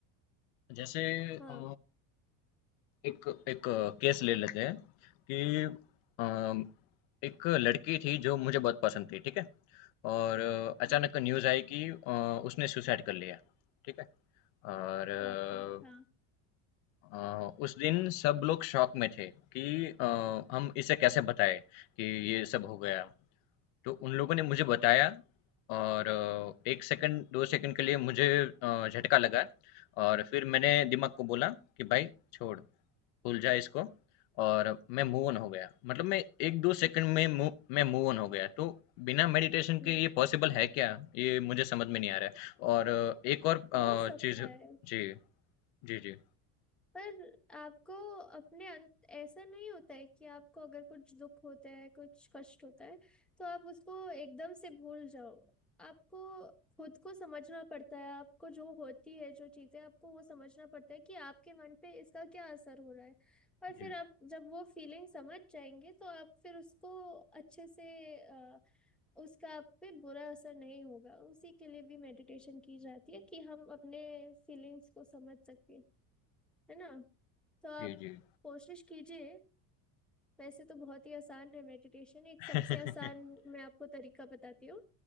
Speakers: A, on the left (about 80°); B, in the centre.
A: जैसे अ,
B: हाँ
A: एक एक केस ले लेते हैं कि अ, एक लड़की थी जो मुझे बहुत पसंद थी, ठीक है? और अ,
B: हम्म,
A: अचानक न्यूज़ आई कि अ, उसने सुसाइड कर लिया, ठीक है? और
B: बाप रे
A: अ,
B: हाँ
A: अ, उस दिन सब लोग शॉक में थे कि अ, हम इसे कैसे बताएँ कि ये सब हो गया। तो उन लोगों ने मुझे बताया
B: जी
A: और अ, 1 सेकंड 2 सेकंड के लिए मुझे अ, झटका लगा और फिर मैंने दिमाग को बोला कि भाई छोड़, भूल जा इसको और मैं मूव ऑन हो गया। मतलब मैं 1-2 सेकंड में मूव मैं मूव ऑन हो गया। तो बिना मेडिटेशन
B: जी,
A: के ये पॉसिबल है क्या? ये मुझे समझ में नहीं आ रहा है और अ, एक और अ,
B: हो सकता
A: चीज़
B: है
A: जी, जी, जी,
B: पर आपको अपने अंत ऐसा नहीं होता है कि आपको अगर कुछ दुख होता है कुछ कष्ट होता है तो आप उसको एकदम से भूल जाओ आपको खुद को समझना पड़ता है आपको जो होती है जो चीजें आपको वो समझना पड़ता है कि आपके मन पे इसका क्या असर हो रहा है और
A: जी,
B: फिर आप जब वो फीलिंग समझ जाएंगे तो आप फिर उसको अच्छे से अ, उसका आप पे बुरा असर नहीं होगा उसी के लिए भी मेडिटेशन की जाती है कि हम अपने फीलिंग्स को समझ सके है ना तो आप
A: जी, जी।
B: कोशिश कीजिए वैसे तो बहुत ही आसान है मेडिटेशन एक
A: <laughs>
B: सबसे आसान मैं आपको तरीका बताती हूँ